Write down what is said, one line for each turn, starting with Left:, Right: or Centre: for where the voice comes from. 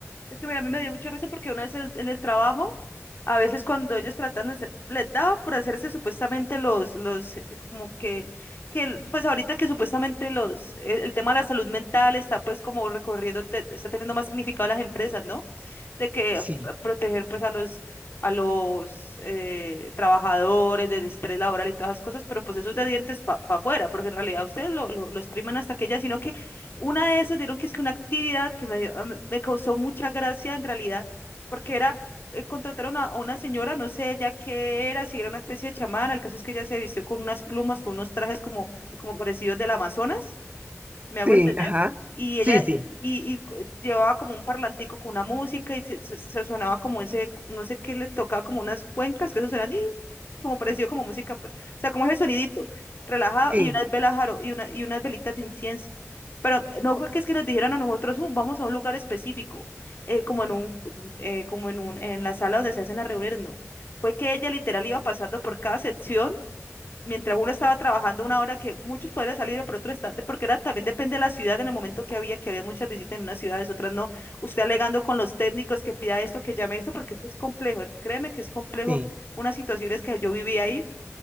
Left: Es que mira, a mí me dio mucha risa porque una vez en, en el trabajo, a veces cuando ellos tratan de hacer, les daba por hacerse supuestamente los, los, eh, como que, que el- pues ahorita que supuestamente los, el, el tema de la salud mental está pues como recorriendo, te- está teniendo más significado las empresas, ¿no? De que
Right: Sí,
Left: eh, proteger pues a los, a los eh, trabajadores del estrés laboral y todas esas cosas, pero pues eso es de dientes para afuera, porque en realidad ustedes lo, lo, lo exprimen hasta que ya, sino que Una de esas dieron que es que una actividad que me, dio- me- me causó mucha gracia en realidad, porque era eh, contrataron a, a una señora, no sé ya qué era, si era una especie de chamana, el caso es que ella se vistió con unas plumas, con unos trajes como, como parecidos del Amazonas. ¿Me hago
Right: sí,
Left: entender?
Right: ajá.
Left: Y
Right: Sí,
Left: ella,
Right: sí,
Left: y, y co- llevaba como un parlantico con una música y se, se- se sonaba como ese, no sé qué le tocaba, como unas cuencas, que eso suena <tsk> como parecido como música, pues, o sea, como ese sonidito, relajado,
Right: sí,
Left: y unas velas jaro, y, una, y unas velitas de incienso. Pero no fue que es que nos dijeran a nosotros, "Uh, vamos a un lugar específico, eh, como en un, eh, como en un, en la sala donde se hacen las reuniones, no. Fue que ella literal iba pasando por cada sección mientras uno estaba trabajando una hora que muchos podrían salir, pero otros está, porque era también depende de la ciudad en el momento que había, que había muchas visitas en unas ciudades, otras no. Usted alegando con los técnicos que pida esto, que llame esto, porque esto es complejo. Créeme que es complejo
Right: sí,
Left: unas situaciones que yo viví ahí